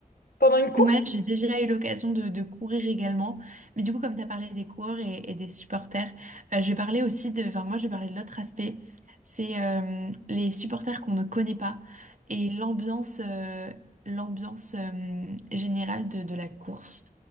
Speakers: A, on the left (about 90°); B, on the right (about 55°).
A: pendant une course?
B: Ouais, j'ai déjà eu l'occasion de, de courir également. Mais du coup, comme tu as parlé des coureurs et, et des supporters, euh, je vais parler aussi de... Enfin, moi, je vais parler de l'autre aspect. C'est euh, les supporters qu'on ne connaît pas et l'ambiance euh, l'ambiance euh, générale de, de la course.